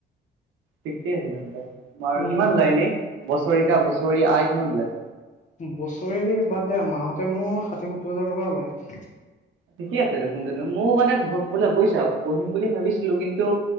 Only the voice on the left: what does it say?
উম,
বছৰি বাদ দিয়া মাহতে মোৰ ষাঠি সত্তৰ হাজাৰ টকা ওলায়